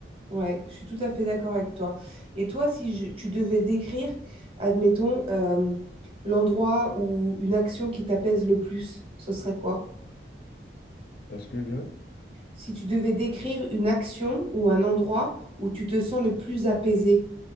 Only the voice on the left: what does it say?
Est-ce que je...